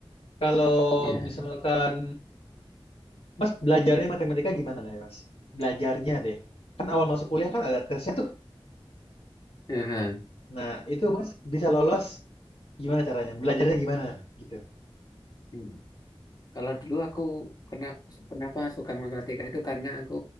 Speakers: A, on the left; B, on the left.
A: kalau
B: Ya.
A: misalkan Mas belajarnya matematika gimana nih, Mas? Belajarnya deh. Kan awal masuk kuliah kan ada tesnya tuh.
B: Heeh.
A: Nah, itu Mas bisa lolos gimana caranya? Belajarnya gimana gitu.
B: Hmm. Kalau dulu aku kenapa kenapa suka matematika itu karena aku